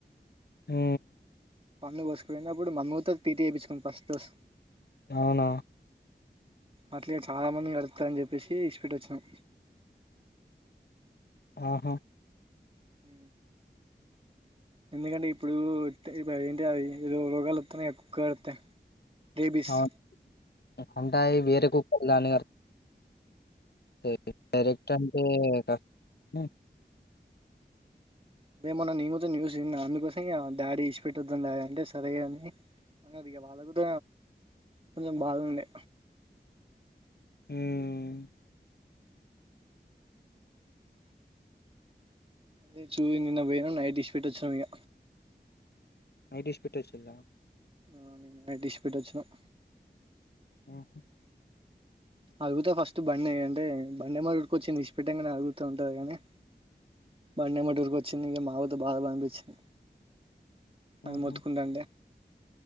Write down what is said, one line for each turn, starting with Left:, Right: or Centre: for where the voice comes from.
Left: మ్
Right: పన్ను కోసుకపోఇంది అప్పుడు మమ్మీ గుత టీ టీ ఏపిచ్చుకుంది ఫస్ట్ రోజ్
Left: అవునా
Right: అట్లే ఇగ చాలా మందిని కర్తది అని చెప్పేసి ఇస్పెట్టి వచ్చినాం
Left: ఆహా
Right: హ ఎందుకంటే ఇప్పుడు ఇత్ ఇప్పుడు ఏంటిదది రో రోగాలోతనైగా కుక్క కర్తె రేబిస్
Left: అవును అంటే అయి వేరే కుక్కలు దాన్ని కర్ తై డైరెక్ క్ట్ అంటే కర్ ఉ
Right: అదేమొన్నా నేను గుత న్యూస్ ఇన్న అందుకోసం ఇంగ డాడీ ఇస్పెట్టి వద్దాం డాడీ అంటే సరే ఇగ అని అన్నారు ఇగ వాళ్ళ గుత కొంచెం బాదుండే
Left: హు మ్
Right: అదే చూ నిన్న పోయనం నైట్ ఇస్పెట్టి వచ్చినం ఇగ
Left: నైట్ ఇస్పెట్టి వచ్చిల్ల
Right: ఆ నిను డిష్ పెట్ వచ్చినవ్
Left: ఆహా
Right: అడుగుతా ఫస్ట్ బండి ఏయంటే, బండిమో ఇడుకు వచ్చింది ఇస్పిటంగానే అడుగుతా ఉంటది కాని, బండిమఊరికి వచ్చింది ఇంక మాకుతో బాగా పనిపించింది అది
Left: ఉహు
Right: మొత్తుకుంటాంటే